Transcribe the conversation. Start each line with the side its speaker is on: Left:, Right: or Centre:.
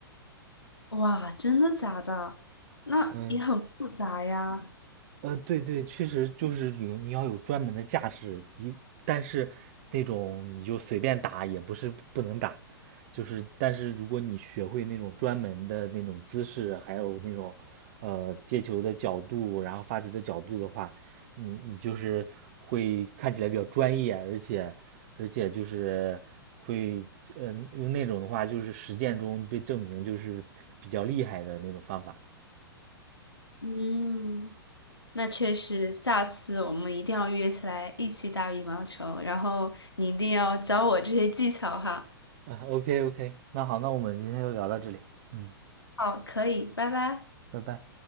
Left: 哇，真的假的？那也很复杂呀。
Right: 嗯，呃，对对，确实就是有你要有专门的架势，一但是那种你就随便打也不是不能打，就是但是如果你学会那种专门的那种姿势，还有那种呃接球的角度，然后发球的角度的话，你你就是会看起来比较专业，而且而且就是会呃用那种的话，就是实践中被证明就是比较厉害的那种方法。
Left: 嗯，那确实，下次我们一定要约起来一起打羽毛球，然后你一定要教我这些技巧哈。
Right: 啊，OK OK，那好，那我们今天就聊到这里，嗯，
Left: 好，可以，拜拜。
Right: 拜拜。